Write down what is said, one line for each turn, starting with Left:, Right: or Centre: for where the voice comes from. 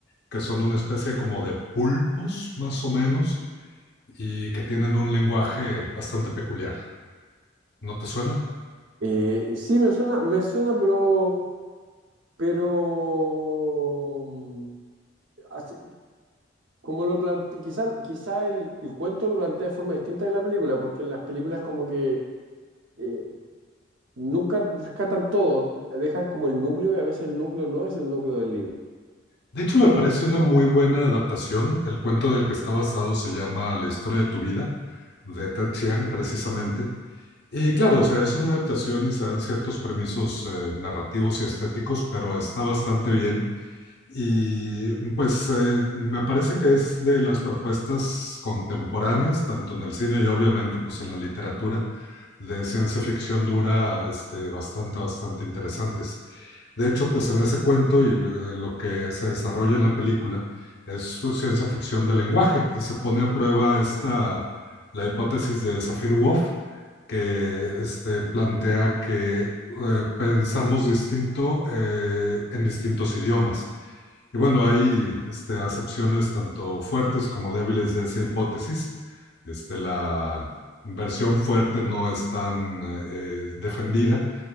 Left: que son una especie como de pulpos más o menos y que tienen un lenguaje bastante peculiar. ¿No te suena?
Right: Eh, sí, me suena, me suena, pero, pero, mm, así- como lo plantea, quizá, quizá el, el cuento lo plantea de forma distinta que la película, porque en las películas como que eh, nunca rescatan todo, dejan como el núcleo y a veces el núcleo no es el núcleo del libro.
Left: De hecho, me parece una muy buena adaptación. El cuento en el que está basado se llama La historia de tu vida, de Ted Chiang, precisamente. Y claro, o sea, es una adaptación y se dan ciertos permisos eh, narrativos y estéticos, pero está bastante bien. Y pues eh, me parece que es de las propuestas contemporáneas, tanto en el cine y obviamente pues en la literatura, de ciencia ficción dura este, bastante, bastante interesantes. De hecho, pues en ese cuento y de lo que se desarrolla en la película es ciencia ficción del lenguaje y se pone a prueba esta, la hipótesis de Sapir-Whorf, que este, plantea que eh, pensamos distinto eh, en distintos idiomas. Y bueno, hay este, acepciones tanto fuertes como débiles de esa hipótesis. Este, la versión fuerte no es tan eh, eh, defendida,